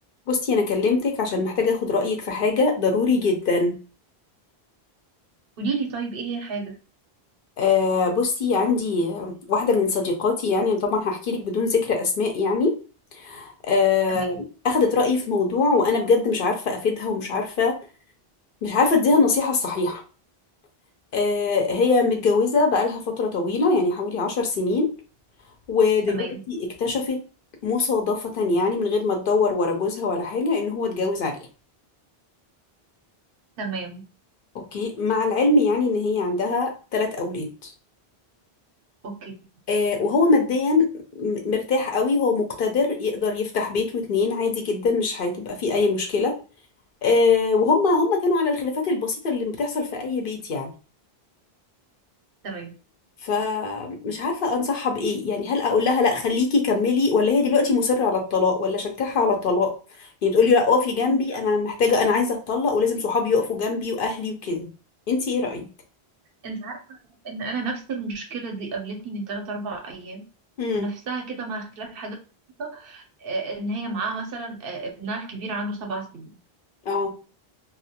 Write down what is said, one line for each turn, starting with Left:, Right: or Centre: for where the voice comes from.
Left: بصي انا كلمتك عشان محتاجه اخد رايك في حاجه ضروري جدا
Right: قولي لي طيب ايه هي الحاجة
Left: آه بصي عندي واحده من صديقاتي يعني طبعا هحكي لك بدون ذكر اسماء يعني آه
Right: تمام
Left: اخدت رايي في موضوع وانا بجد مش عارفه افيدها ومش عارفه مش عارفه اديها النصيحه الصحيحه آه هي متجوزه بقالها فتره طويله يعني حوالي عشر سنين ودلوقتي
Right: تمام
Left: اكتشفت مصادفه يعني من غير ما تدور ورا جوزها ولا حاجه ان هو اتجوز عليها
Right: تمام
Left: اوكي مع العلم يعني ان هي عندها ثلاث اولاد
Right: اوكي
Left: آه، وهو ماديا م- مرتاح قوي هو مقتدر يقدر يفتح بيت واتنين عادي جدا مش هتبقى فيه اي مشكلة آه، وهم هم كانوا على الخلافات البسيطة اللي بتحصل في اي بيت يعني
Right: تمام
Left: فمش عارفة انصحها بايه يعني هل اقول لها لا خليكي كملي ولا هي دلوقتي مصرة على الطلاق ولا اشجعها على الطلاق يعني تقولي لا اقفي جنبي
Right: انت
Left: انا محتاجة انا عايزة اتطلق ولازم صحابي يقفوا جنبي واهلي وكده انتي ايه رأيك
Right: انت عارفة ان انا نفس المشكلة دي قابلتني من 3 4 ايام
Left: امم
Right: نفسها كده مع اختلاف حاجات بسيطة آه، ان هي معاها مثلا آه، ابنها الكبير عنده سبع سنين
Left: اه